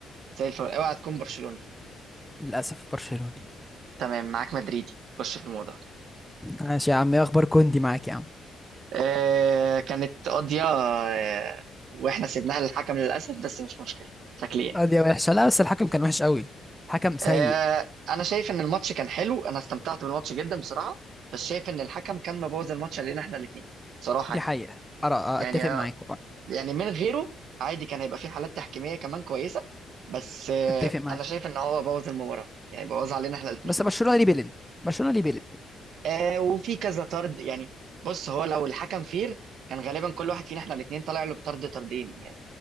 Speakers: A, on the right (about 75°); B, in the centre.
A: زي الفل اوعى تكون برشلوني
B: للاسف برشلوني
A: تمام معاك مدريدي خش في الموضوع
B: ماشي يا عم ايه اخبار كوندي معاك يا عم
A: آه كانت قضيه آه واحنا سيبناها للحكم للاسف بس مش مشكله شكليا
B: ادي وحشة لا بس الحكم كان وحش قوي حكم سيء
A: آه، انا شايف ان الماتش كان حلو انا استمتعت بالماتش جدا بصراحه بس شايف ان الحكم كان مبوظ الماتش علينا احنا الاثنين صراحه
B: دي
A: يعني
B: حقيقة أرى أه،
A: يعني
B: اتفق
A: آه،
B: معاك والله.
A: يعني من غيره عادي كان هيبقى في حالات تحكيميه كمان كويسه بس آه،
B: اتفق معاك
A: انا شايف ان هو بوظ المباراه يعني بوظ علينا احنا الاثنين
B: بس برشلونة ليه بيلين برشلونة ليه بيلين
A: آه وفي كذا طرد يعني بص هو لو الحكم فير كان غالبا كل واحد فينا احنا الاثنين طالع له بطرد طردين